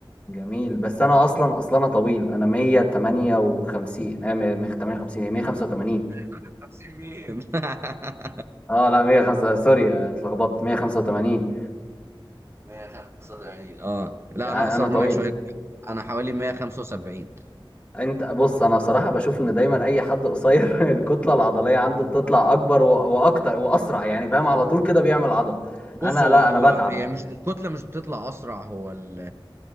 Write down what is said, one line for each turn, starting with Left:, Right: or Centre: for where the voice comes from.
Left: جميل بس انا اصلا اصلا انا طويل انا 158 آه، م- مخ- 58 ايه 185
Right: <laughs> 50 مين <laughs>
Left: اه لا 105 سوري آه، اتلخبطت 185
Right: 185 اه لا
Left: يعني
Right: انا اقصر
Left: انا طويل
Right: منك شويه انا حوالي 175
Left: انت بص انا بصراحة بشوف ان دايما اي حد قصير <laughs> الكتلة العضلية عنده بتطلع اكبر و- واكتر واسرع يعني فاهم على طول كده بيعمل عضل
Right: بص
Left: انا
Right: هو
Left: لا
Right: هو
Left: انا بتعب
Right: هي مش الكتله مش بتطلع اسرع هو ال